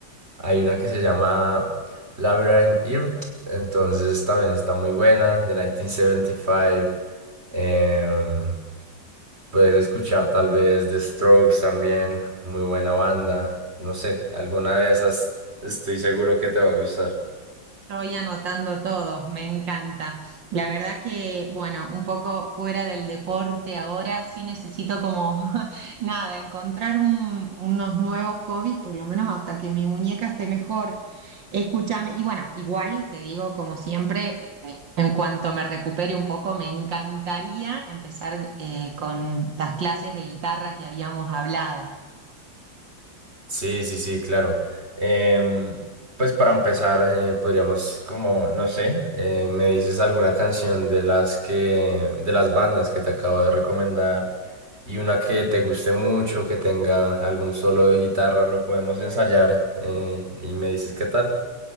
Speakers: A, on the right; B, on the right.
A: Hay una que se llama Labyrinth Earth, entonces también está muy buena, de 1975. Em, puedes escuchar tal vez The Strokes también, muy buena banda. No sé, alguna de esas estoy seguro que te va a gustar.
B: Estoy anotando todo, me encanta. La verdad que, bueno, un poco fuera del deporte ahora, sí necesito como, <laughs> nada, encontrar un- unos nuevos hobbies, por lo menos hasta que mi muñeca esté mejor. Escúchame, y bueno, igual te digo, como siempre, en cuanto me recupere un poco, me encantaría empezar eh, con las clases de guitarra que habíamos hablado.
A: Sí, sí, sí, claro. Em, pues para empezar, eh, podríamos como, no sé, eh, me dices alguna canción de las que, de las bandas que te acabo de recomendar y una que te guste mucho, que tenga algún solo de guitarra, lo podemos ensayar eh, y me dices qué tal.